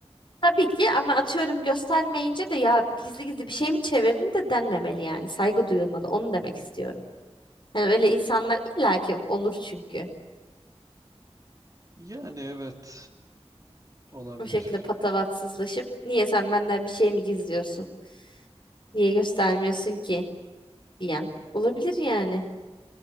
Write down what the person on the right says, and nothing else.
Yani evet olabilir.